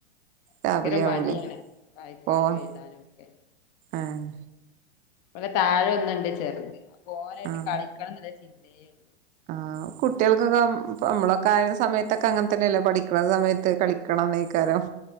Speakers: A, on the left (about 40°); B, on the right (about 25°).
A: ഭയങ്കര
B: രാവിലെ
A: മടിയാണ്
B: ആവൂലേ
A: വായിക്കാനും
B: പോവാൻ
A: എഴുതാനും ഒക്കെ
B: ഏഹ്
A: ഓള താഴെ ഒന്നുണ്ട് ചെറുത് ഓനായിട്ട്
B: ആഹ്
A: കളിക്കണം എന്നുള്ള ചിന്തയേ ഉള്ളൂ
B: ആഹ് കുട്ടികൾക്കൊക്കെ ഇപ്പ നമ്മളൊക്കെ ആ ഒരു സമയത്തൊക്കെ അങ്ങനെ തന്നെയല്ലോ പഠിക്കണ സമയത്ത് കളിക്കണന്നെകാരൃം